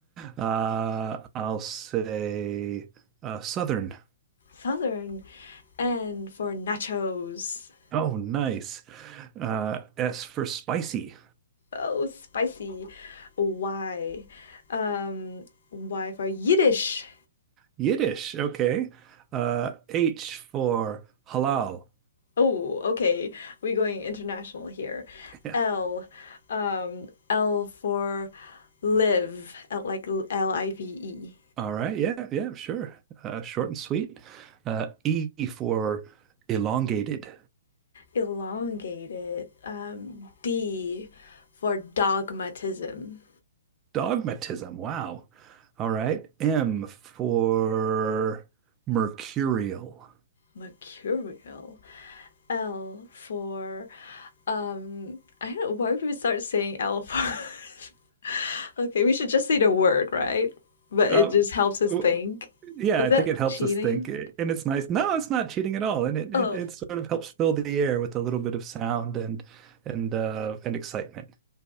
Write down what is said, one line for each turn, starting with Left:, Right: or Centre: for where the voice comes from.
Right: Uh, I'll say uh, Southern.
Left: Southern. And for nachos.
Right: Oh, nice. Uh, S for spicy.
Left: Oh, spicy. Why? Um, why for Yiddish?
Right: Yiddish. Okay. Uh, H for halal.
Left: Oh, okay. We're going international here.
Right: <laughs>
Left: L. Um, L for live. L, like L I V E.
Right: All right. Yeah. Yeah. Sure. Uh, short and sweet. Uh, E for elongated
Left: Elongated. Um, D for dogmatism.
Right: dogmatism. Wow. All right. M for mercurial.
Left: Mercurial. L for Um, I don't. Why would we start saying L first? <laughs> okay, we should just say the word, right? But
Right: Uh,
Left: it just helps us
Right: w-
Left: think.
Right: yeah.
Left: Is
Right: I
Left: that
Right: think it helps
Left: cheating?
Right: us think, and it's nice. No, it's not cheating at all, and it it,
Left: Oh,
Right: it sort of helps fill the air with a little bit of sound and and uh, and excitement.